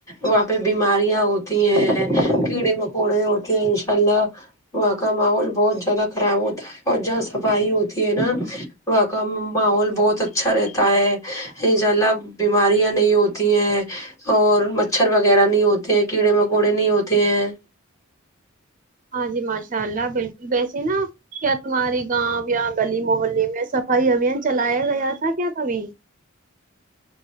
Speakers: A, on the left; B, on the right.
A: وہاں پہ بیماریاں ہوتی ہیں کیڑے مکوڑے ہوتے ان شاء اللہ وہاں کا ماحول بہت زیادہ خراب ہوتا ہے اور جہاں صفائی ہوتی ہے نا وہاں کا ماحول بہت اچھا رہتا ہے ان شاء اللہ بیماریاں نہیں ہوتی ہیں اور مچھر وغیرہ نہیں ہوتے ہیں کیڑے مکوڑے نہیں ہوتے ہیں
B: ہاں جی ماشاء اللہ بالکل وبسے نا کیا تمہاری گاؤں یا گلی محلے میں صفائی ابھیان چلایا گیا تھا کیا کبھی